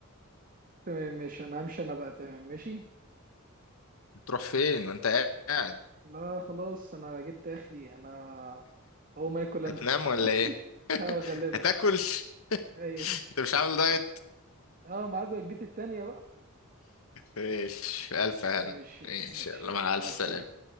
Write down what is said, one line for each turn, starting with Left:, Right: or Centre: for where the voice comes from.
Right: تمام ماشي انا همشي انا بقى تمام ماشي
Left: هتروح فين ما أنت قاعد
Right: لا خلاص انا جبت اخري انا هو ما ياكل انا
Left: هتنام
Right: <laughs>
Left: ولا إيه
Right: اه غالبا
Left: هتاكل <laughs>
Right: ايوه
Left: أنت مش عامل دايت
Right: اه ميعاد وجبتي التانيه بقى
Left: ماشي في ألف هنا
Right: ماشي
Left: إن
Right: ماشي
Left: شاء الله مع
Right: مع
Left: ألف
Right: السلامة
Left: سلامة